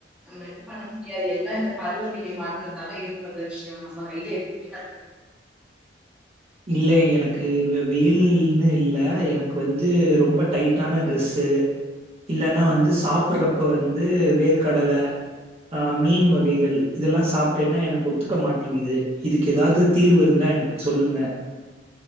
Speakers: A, in the centre; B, on the right.
A: நம்ம ஒன்னு பண்ண முடியாது எல்லா இந்த பருவநிலை மாற்ற த்தால ஏற்படற விஷயோ நம்ம கைல எதுவுமே கெடையாது
B: இல்ல எனக்கு வெ வெயில்னு இல்ல. எனக்கு வந்து ரொம்ப டைட்டான ட்ரெஸ்ஸு இல்லன்னா வந்து சாப்பறப்ப வந்து வேர்கடல ஆ மீன் வகைகள் இதெல்லா சாப்ட்டேன்னா எனக்கு ஒத்துக்க மாட்டேங்குது. இதுக்கு எதாவது தீர்வு இருந்தா எனக்கு சொல்லுங்க.